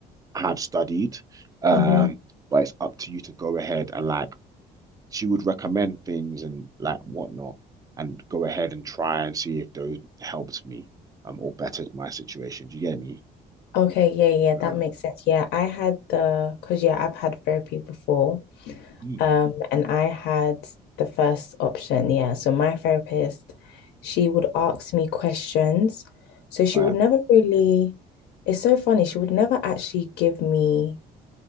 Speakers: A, on the right; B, on the left.
A: have studied. Um,
B: Mm-hmm.
A: but it's up to you to go ahead and like she would recommend things and like whatnot and go ahead and try and see if those helped me um or bettered my situation. Do you get me?
B: Okay, yeah, yeah, that
A: Yeah.
B: makes sense. Yeah, I had the because yeah, I've had therapy before.
A: Hmm.
B: Um, and I had the first option. Yeah. So my therapist, she would ask me questions. So she
A: But
B: would never really, it's so funny, she would never actually give me